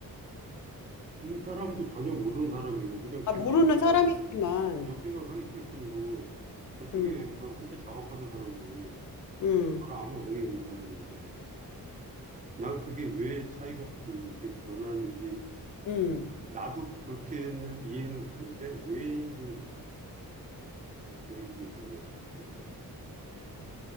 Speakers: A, on the right (about 20°); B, on the left (about 55°).
A: 그 사람도 전혀 모르는 사람이고 그냥
B: 아,
A: 단지
B: 모르는
A: 옆에만
B: 사람이지만,
A: 옆에만 서 있을 뿐이고 저쪽에서
B: 음,
A: 혼자 작업하는 사람도
B: 음,
A: 저랑 아무 관계 없는 사람인데 난 그게 왜 차이가 그게 변하는지
B: 음.
A: 나도 그렇게는 이해는 가는데 왜인지는 모르겠어. 왜 그게 변해야 하는지는 모르겠어.